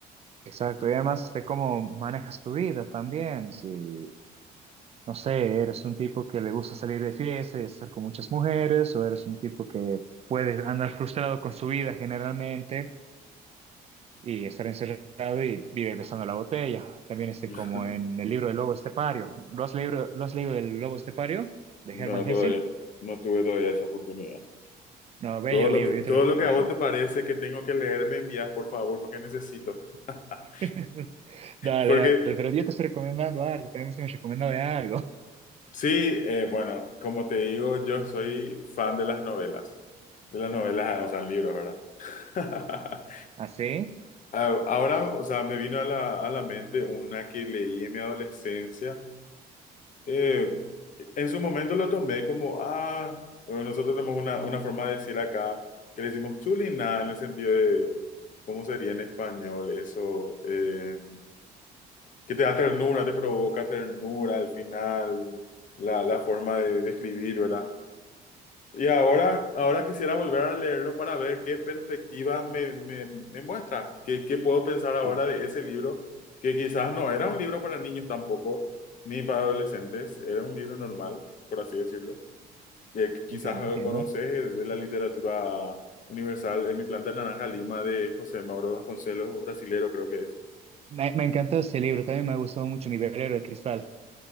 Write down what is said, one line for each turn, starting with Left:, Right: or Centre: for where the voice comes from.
Right: Exacto, y además de cómo manejas tu vida también, si No sé, eres un tipo que le gusta salir de fiesta y estar con muchas mujeres, o eres un tipo que puede andar frustrado con su vida generalmente y estar encerrado y vive besando la botella. También este,
Left: <laughs>
Right: como en el libro del Lobo Estepario. ¿Lo has leído, lo has leído El Lobo Estepario de
Left: No,
Right: Hermann
Left: todavía,
Right: Hesse?
Left: no tuve todavía esa oportunidad.
Right: No, bello
Left: Todo lo
Right: libro,
Left: que, todo
Right: yo te lo recomiendo.
Left: lo que a vos te parece que tengo que leer, me envías, por favor, porque necesito. <laughs>
Right: <laughs> Dale,
Left: Porque
Right: dale, pero yo te estoy recomendando algo, también me has recomendado de algo.
Left: sí, eh, bueno, como te digo, yo soy fan de las novelas, de las novelas, ah, o sea, libros, ¿verdad? <laughs>
Right: <laughs> ¿Así?
Left: Ah, Ahora, o sea, me vino a la, a la mente una que leí en mi adolescencia. Eh, en su momento lo tomé como, ah, eh, nosotros tenemos una, una forma de decir acá que le decimos chuliná en el sentido de, ¿cómo sería en español eso? Eh, que te da ternura, te provoca ternura al final, la, la forma de describir, ¿verdad? Y ahora, ahora quisiera volver a leerlo para ver qué perspectiva me, me- me muestra, qué, qué puedo pensar ahora
Right: Claro,
Left: de ese libro, que quizás no era un libro para niños tampoco, ni para adolescentes, era un libro normal, por así decirlo. Eh, que quizás
Right: entiendo,
Left: eh,
Right: entiendo.
Left: conoces eh, de la literatura universal En mi planta naranja Lima de José Mauro Vasconcelos, brasilero creo que es.
Right: Me, me encantó este libro, también me ha gustado mucho Mi velero de cristal.